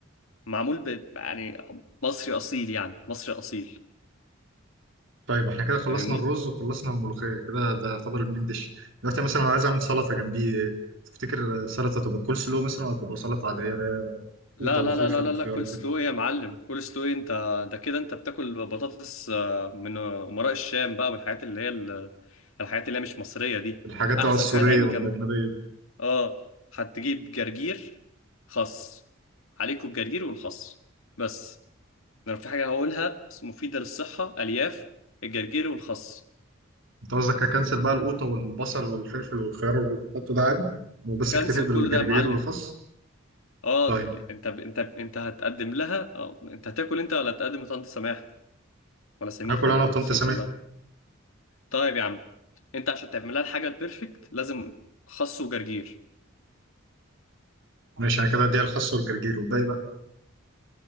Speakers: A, on the left (about 80°); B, on the right (about 65°).
A: معمول ب... يعني مصري أصيل يعني مصري أصيل
B: طيب احنا كده خلصنا
A: فاهمني؟
B: الرز وخلصنا الملوخية كده ده يعتبر المين ديش دلوقتي مثلا لو عايز أعمل سلطة جنبيه تفتكر السلطة تبقى كول سلو مثلا ولا تبقى سلطة عادية اللي هي قوطة
A: لا
B: وفلفل
A: لا لا لا لا
B: وخيار
A: لا كول
B: وكده
A: سلو إيه يا معلم كول سلو إيه انت ده كده انت بتاكل بطاطس آه، من آه، امراء الشام بقى والحاجات اللي هي ال- الحاجات اللي هي مش مصرية دي
B: الحاجات
A: احسن
B: بقى السورية
A: حاجة تعمل
B: والأجنبية
A: جنب
B: دي
A: اه هتجيب جرجير خس عليكوا الجرجير والخس بس لو في حاجة هقولها مفيدة للصحة الياف الجرجير والخس
B: أنت قصدك أكنسل بقى القوطة والبصل والفلفل والخيار اللي بحطه ده عادي وبس
A: كنسل
B: أكتفي بالجرجير
A: كل ده يا معلم
B: والخس
A: اه
B: طيب
A: انت انت انت هتقدم لها اه انت هتاكل انت ولا هتقدم لطنط سماح ولا سميح
B: هاكل
A: انا
B: أنا وطنط
A: نسيت
B: سامح
A: والله طيب يا عم انت عشان تعملها الحاجه البيرفكت لازم خس وجرجير
B: ماشي أنا كده هديها الخس والجرجير والباقي بقى